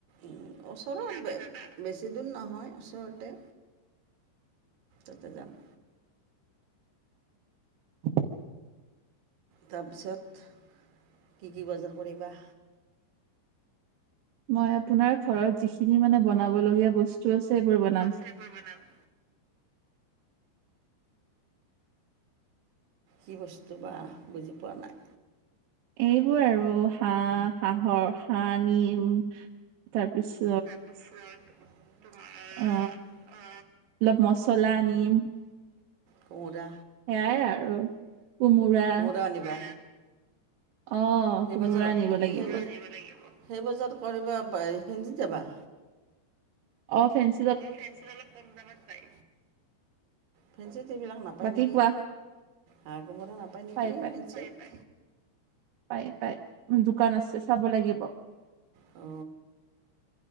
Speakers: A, on the right (about 60°); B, on the right (about 75°).
A: উম ওচৰত যাবা যাবা বেছি দূৰ নহয় ওচৰতে তাতে যাম
B: <unintelligible>
A: তাৰপিছত কি কি বজাৰ কৰিবা
B: মই আপোনাৰ ঘৰত যিখিনি মানে বনাবলগীয়া বস্তু আছে সেইবোৰ বনাম
A: সেইবোৰ বনাম কি বস্তু বা বুজি পোৱা নাই
B: এইবোৰ আৰু হাঁহ হাঁহৰ হাঁহ নিম তাৰপিছ
A: তাৰপিছত তোমাৰ
B: অ
A: অ
B: অলপ মছলা আনিম
A: কহুদা
B: সেয়াই আৰু কোমোৰা।
A: কিয় আনিবা
B: অ
A: সেই
B: কোমোৰা
A: বজাৰ
B: আনিব লাগিব
A: সেই সেই বজাৰ কৰিব ফেঞ্চিত যাবা
B: অ ফেঞ্চ
A: অ ফেঞ্চিত অলপ কম দামত পাই ফেঞ্চিত এইবিলাক নাপায়
B: বাকী
A: নেকি
B: কোৱা
A: হাঁহ কোমোৰে নাপায় নেকি
B: পাই
A: ফেঞ্চিত
B: পায় পায় দোকান আছে চাব লাগিব
A: অ